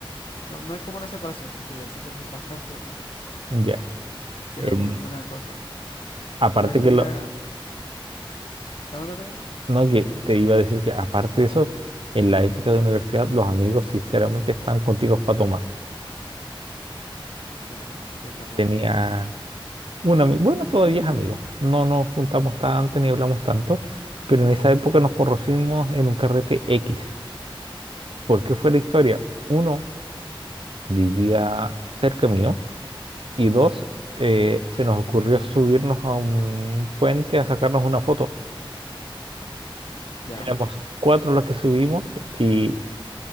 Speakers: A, on the left (about 70°); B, on the right (about 70°).
A: no, no hay como una separación, siento yo, siento que es bastante unido.
B: Ya.
A: Pero
B: El-
A: una, una cosa,
B: aparte
A: igual estaría...
B: que lo-
A: Ah, no, dale, dale.
B: No, que te iba a decir que aparte de eso, en la época de universidad los amigos sinceramente estaban contigo para tomar.
A: Claro, sí es verdad,
B: Tenía
A: también.
B: un amigo, bueno, todavía es amigo, no nos juntamos tanto ni hablamos tanto, pero en esa época nos conocimos en un carrete X. ¿Por qué fue la historia? Uno, vivía cerca mío y dos, eh, se nos ocurrió subirnos a un puente a sacarnos una foto.
A: Ya.
B: Éramos cuatro los que subimos y